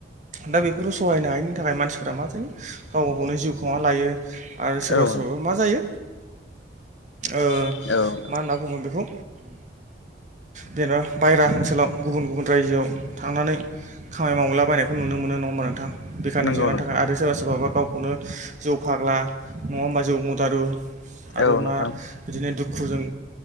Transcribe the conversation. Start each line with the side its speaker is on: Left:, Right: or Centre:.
Right: दा बेफोरखौ सहायनो हायैनि थाखाय मानसिफोरा मा गाव गा गावनो जिउखौ मा लायो आरो सोरबा
Left: औ
Right: सोरबाबा मा जायो ओ
Left: नोंथां
Right: मा होनना बुङो बेखौ जेन'ब बायहेरा ओनसोलाव गुबुन गुबुन रायजोआव थांनानै खामानि मावलाबायनायखौ नुनो मोनो नङा होमबा नोंथां बिखाराननि
Left: नंगौ
Right: जेंनानि
Left: नोंथां
Right: थाखाय आरो सोरबा सोरबाबा गाव नो जौ फाग्ला नङा होमबा जौ मुदारु आरो
Left: औ
Right: मा
Left: नोंथां
Right: बिदिनो दुखु दुखुजों